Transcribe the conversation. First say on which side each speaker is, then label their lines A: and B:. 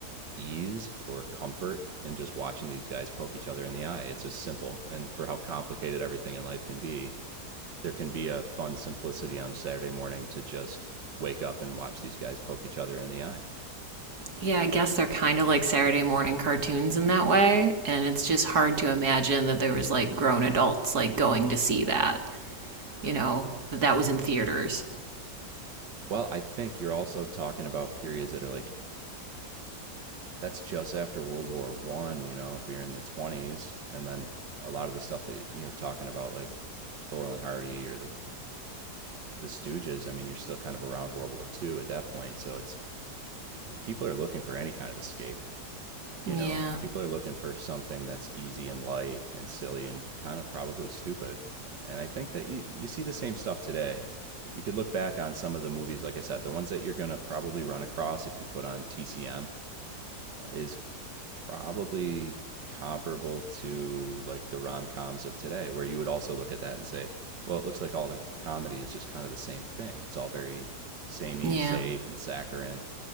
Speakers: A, on the right; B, on the right.
A: ease or comfort in just watching these guys poke each other in the eye. It's just simple, and for how complicated everything in life can be, there can be a fun simplicity on a Saturday morning to just wake up and watch these guys poke each other in the eye.
B: Yeah, I guess they're kind of like Saturday morning cartoons in that way, and it's just hard to imagine that there was like grown adults like going to see that, you know, that that was in theaters.
A: Well, I think you're also talking about periods that are like that's just after World War One. You know, if you're in the twenties, and then a lot of the stuff that you're talking about, like Laurel and Hardy or the, the Stooges. I mean, you're still kind of around World War Two at that point, so it's people are looking for any kind of escape. You
B: Yeah.
A: know, people are looking for something that's easy and light and silly and kind of probably stupid. And I think that you, you see the same stuff today. You could look back on some of the movies, like I said, the ones that you're going to probably run across if you put on TCM is probably comparable to like the rom coms of today, where you would also look at that and say, well, it looks like all the comedy is just kind of the same thing. It's all very samey
B: Yeah,
A: and safe and saccharine.